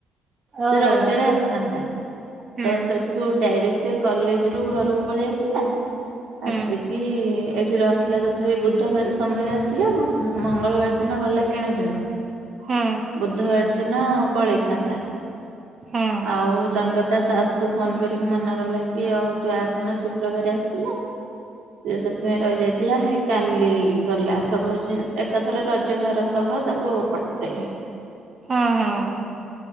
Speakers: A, on the right; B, on the right.
A: ସେ
B: ଓହୋ
A: ରଜରେ ଆସିଥାନ୍ତା।
B: ହୁଁ
A: ତ ସେଠୁ ଡାଇରେକ୍ଟ କଲେଜରୁ ଘରକୁ ପଳେଇ ଆସିଲା।
B: ହୁଁ
A: ଆସିକି ଏଠି ରହିଲା ତଥା ତଥାବି ବୁଧବାର ସୋମବାର ଆସିଲା ମ ମଙ୍ଗଳବାର ଦିନ ଗଲା କିଣାକିଣି କରି
B: ହୁଁ।
A: ବୁଧବାର ଦିନ ପଳେଇଥାନ୍ତା।
B: ହୁଁ।
A: ଆଉ ତାଙ୍କ ତା ଶାଶୁ ଫୋନ କରିକି ମନା କଲା କି ଆଉ ତୁ ଆସେନା ଶୁକ୍ରବାର ଆସିବୁ। ସେ ସେଥିପାଇଁ ରହିଯାଇଥିଲା ହେଇ କାଲି ଗଲା ସବୁ ଏକାଥର ରଜ ଭାର ସହ ତା କୁ ପଠଦେଲେ।
B: ହଁ ହଁ।